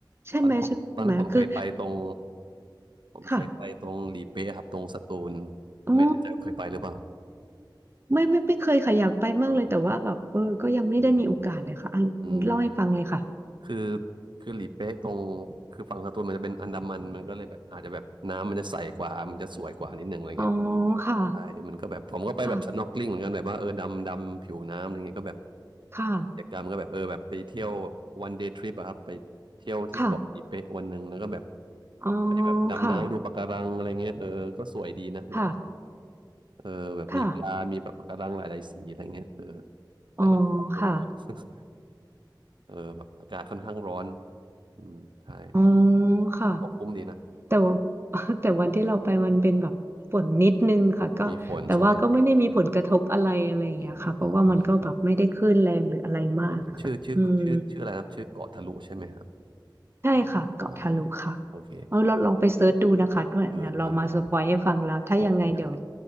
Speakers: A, on the right (about 30°); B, on the right (about 75°).
A: ใช่ไหมใช่ไหมคือ
B: ตอนนั้นผมตอนนั้นผมเคยไปตรงผมเคยไปตรงหลีเป๊ะครับตรงสตูล
A: ค่ะอ๋อ
B: ไม่แน่ใจว่าเคยไปหรือเปล่า
A: ไม่ไม่ไม่เคยค่ะอยากไปมากเลยแต่ว่าแบบเออก็ยังไม่ได้มีโอกาสเลยค่ะอ่ะเล่าให้ฟังเลยค่ะ
B: อ๋ออืมอืมอืมคือคือหลีเป๊ะตรงคือฝั่งสตูลมันจะเป็นอันดามันมันก็เลยแบบอาจจะแบบน้ำมันจะใสกว่ามันจะสวยกว่านิดนึงอะไรเงี้ย
A: อ๋อค่ะ
B: ใช่มันก็แบบผมก็ไปแบบ
A: ค่ะ
B: snorkeling เหมือนกันแบบว่าเออดำดำผิวน้ำอะไรเงี้ยก็แบบ
A: ค่ะ
B: กิจกรรมก็แบบเออแบบไปเที่ยวแบบ one day trip อะครับไปเที่ยวที่เกาะอีเปะวันหนึ่งแล้วก็แบบ
A: ค่ะอ๋อ
B: ไปแบบดำน้ำดูปะการังอะไรเงี้ยเออก็สวยดีนะแบบ
A: ค่ะค่ะ
B: เออแบบมีปลา
A: ค่ะ
B: มีแบบปะการังหลายๆสีอะไรเงี้ยเออแต่มันพอสมควร
A: อ๋อค่ะ
B: <laughs> เออแบบอากาศค่อนข้างร้อนอืมใช่แต่
A: อ๋อค่ะ
B: ก็คุ้มดีนะ
A: แต่ว่า <laughs> แต่วันที่เราไปมันเป็นแบบฝนนิดนึงค่ะก็แต่ว่าก็ไม่ได้มีผลกระทบอะไรอะไรอย่างเงี้ยค่ะเพราะว่ามันก็แบบไม่ได้คลื่นแรงหรืออะไรมากอะค่ะอืม
B: มีฝนใช่ไหมอืมอ่าโอเคเออชื่อชื่อชื่อชื่ออะไรนะชื่อเกาะทะลุใช่ไหมครับ
A: ใช่ค่ะเกาะทะลุค่ะ
B: อ่าโอเคโอเค
A: เอาเราลองไปเซิร์ชดูนะคะด้วยนะเรามาสปอยให้ฟังแล้วถ้ายังไงเดี๋ยว
B: เออได้ได้โอเคได้